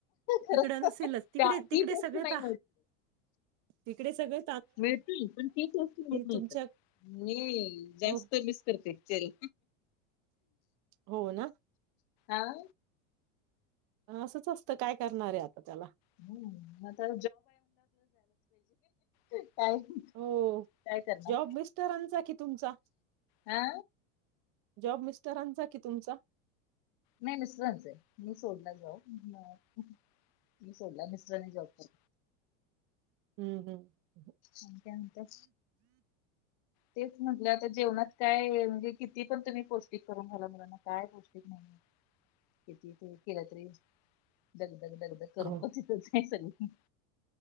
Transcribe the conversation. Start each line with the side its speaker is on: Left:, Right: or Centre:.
Left: खरं
Right: तिकडं नसेलच तिकडे
Left: त्या
Right: तिकडे
Left: ती टेस्ट
Right: सगळे
Left: नाही
Right: त तिकडे सगळं.
Left: मिळते पण तेच जास्त मिळत नई
Right: तुमच्या
Left: उकड मी ज्यास्त
Right: हो,
Left: मिस करते
Right: हो ना?
Left: आह
Right: असंच असतं काय करणारय आता त्याला
Left: हम् आता काय
Right: हो
Left: काय करणार
Right: जॉब मिस्टरांचा कि तुमचा
Left: हा
Right: जॉब मिस्टरांचा कि तुमचा
Left: नाही मिस्टरांचाय मी सोडला जॉब मी सोडला मिस्टराने जॉब कर
Right: हम्म हम्म
Left: आणि काय म्हणत्याय तेच म्हटलं आता जेवणात काय म्हणजे किती पण तुम्ही पौष्टिक करा ण झाला मुला ना काय पौष्टिक नाही किती केलं तरी जग गग करून
Right: हो.
Left: पण सग हम्